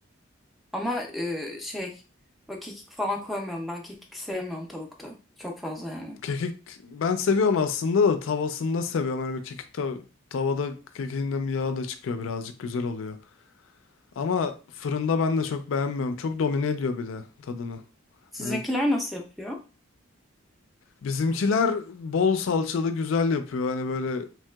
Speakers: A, in the centre; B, on the left.
A: Ama e, şey böyle kekik falan koymayalım. Ben kekik sevmiyorum tavukta. Çok fazla yani.
B: Kekik ben seviyorum aslında da tavasında seviyorum. Öyle bir kekik tav- tavada kekiğinden bir yağ da çıkıyor birazcık güzel oluyor. Ama fırında ben de çok beğenmiyorum. Çok domine ediyor bir de tadını.
A: Sizinkiler
B: Hani
A: nasıl yapıyor?
B: bizimkiler bol salçalı güzel yapıyor. Hani böyle